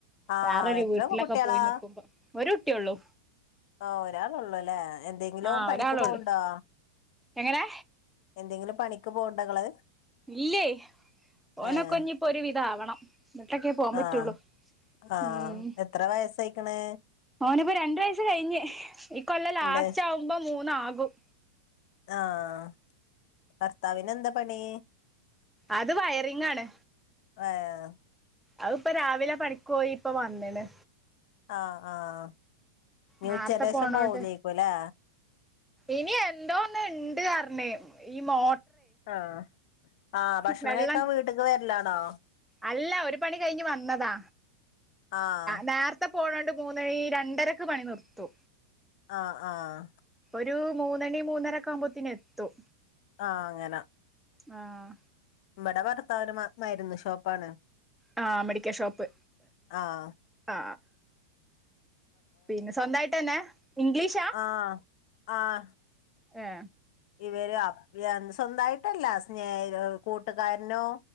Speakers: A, on the left; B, in the centre.
A: ആ
B: വേറരു
A: എത്ര
B: വീട്ടിലൊക്കെ
A: കുട്ടികളാ
B: പോയി നക്കുമ്പോ ഒരു കുട്ടിയോള്ളൂ
A: ആ ഒരാളള്ളൂല്ലേ എന്തെങ്കിലും
B: ആഹ്
A: പണിക്ക്
B: ഒരാളള്ളൂ
A: പോവണ്ടോ
B: എങ്ങനെ
A: എന്തെങ്കിലും പണിക്ക് പോകണ്ടേ ഇങ്ങള്
B: ഇല്ലേയ് ഓന്
A: ഏഹ്
B: ക്കെ. ഇഞ്ഞ് ഇപ്പോ ഒരു വിധം ആവണം ഇന്നിട്ടൊക്കേ പോവാൻ പറ്റുള്ളൂ
A: ആഹ് ആഹ്
B: ഉം
A: എത്ര വയസ്സായിക്ക്ണ്
B: ഓനിപ്പോ രണ്ട് വയസ്സ് കഴിഞ്ഞ് ഈ കൊല്ലം ലാസ്റ്റ്
A: ഇണ്ട്
B: ആവുമ്പോ മൂന്നാകും വും
A: ആഹ് ഭർത്താവിന് എന്താ പണി
B: അത് വയറിംഗ് ആണ്
A: ഏഹ്
B: അയ് ഇപ്പം രാവിലെ പണി പോയി ഇപ്പോ വന്ന്ണ്
A: ആഹ് ആഹ് ഇഞ്
B: നേരത്തെ
A: ഉച്ചന്റെശേഷം
B: പോണോണ്ട്
A: പോവൂലേയ്ക്കും ല്ലേ
B: ഇനി എന്തോന്ന് ഉണ്ട് പറഞ്ഞ് ഈ മോ
A: ആഹ് ആ ഭക്ഷണം
B: വെള്ളം
A: കഴിക്കാൻ വീട്ടക്ക് വരിലാണോ
B: അല്ല ഒരു പണി കഴിഞ്ഞു വന്നതാ
A: ആഹ്
B: നേരത്തെ- പോണണ്ട് മൂന്നഴി രണ്ടരക്ക് പണി നിർത്തു
A: ആഹ് ആഹ്
B: ഒരു മൂന്നണി മൂന്നരക്കെ ആവുമ്പോത്തന് എത്തും
A: ആഹ് അങ്ങനെ
B: ആഹ
A: ഇവിടെ ഭർത്താവിന് മാത്രം - യിരുന്നു ഷോപ്പ് ആണ്
B: ആ മെഡിക്കൽ ഷോപ്പ്
A: ആ-
B: ആ പിന്നെ സ്വന്തമായിട്ട് തന്നെ ഇംഗ്ലീഷാ
A: ആഹ് ആഹ്
B: ഏ
A: ഇവര് സ്വന്തമായിട്ടല്ല സ്നെ കൂട്ടുകാരനോ-